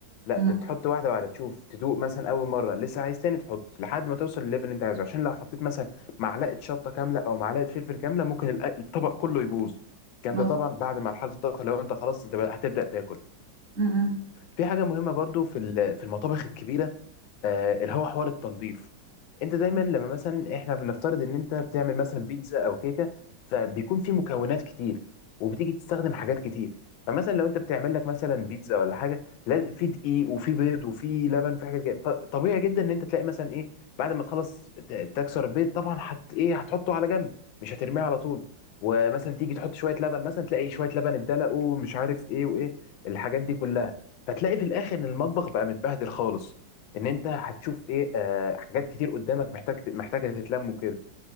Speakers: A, on the left; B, on the right.
A: لا
B: م-
A: اللي تحط
B: م.
A: واحده واحده تشوف تدوق مثلا اول مره لسه عايز تاني تحط لحد ما توصل للليفل اللي انت عايزه عشان لو حطيت مثلا معلقه شطه كامله او معلقه فلفل كامله ممكن الأ- الطبق كله يبوظ الكلام
B: مظبوط
A: ده طبعا بعد ما حاله الطبخ لو انت خلاص انت بقى هتبدا تاكل
B: م-
A: في حاجه مهمه برضو في ال- في المطابخ الكبيره آه، اللي هو حوار التنظيف انت دايما
B: م.
A: لما مثلا احنا بنفترض ان انت بتعمل مثلا بيتزا او كيكه فبيكون في مكونات كتير وبتيجي تستخدم حاجات كتير فمثلا لو انت بتعمل لك مثلا بيتزا ولا حاجه لازم في دقيق وفي بيض وفي لبن وفي حاجات كده فطبيعي جدا ان انت تلاقي مثلا ايه بعد ما تخلص ت- تكسر البيض طبعا هت ايه هتحطه على جنب مش هترميه على طول ومثلا تيجي تحط شويه لبن مثلا تلاقي شويه لبن اتدلق ومش عارف ايه وايه الحاجات دي كلها فتلاقي في الاخر ان المطبخ بقى متبهدل خالص ان انت هتشوف ايه آه، حاجات كتير قدامك محتاج محتاجه تتلم وكده